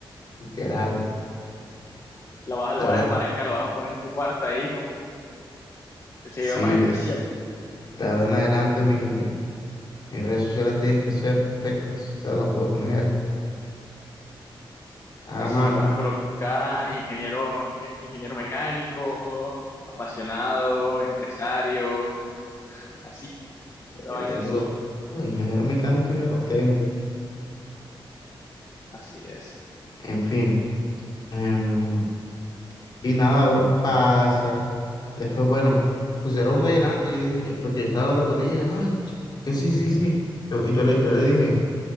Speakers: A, on the left; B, on the left.
A: Literal.
B: La vas, a- lo
A: De
B: vas
A: ahora,
B: a enmarcar, lo vas a poner en tu cuarto ahí como el seguidor
A: sí,
B: más especial.
A: de, de ahora en adelante mi- mis redes sociales tienen que ser perfectas. O sea, no puedo tener nada
B: Así
A: malo.
B: vas a colocar ingeniero, inge- ingeniero mecánico, apasionado, empresario, así, la
A: Ya
B: vaina
A: tengo
B: así,
A: los, los ingenieros mecánicos, ya lo tengo.
B: así es.
A: En fin. em, y nada, bro, pasa. Después, bueno, pusieron un vallenato. Yo dije, eh, porque yo estaba hablando con ella. y yo, No, ch- que sí, sí, sí. Yo, y yo le, yo le dije.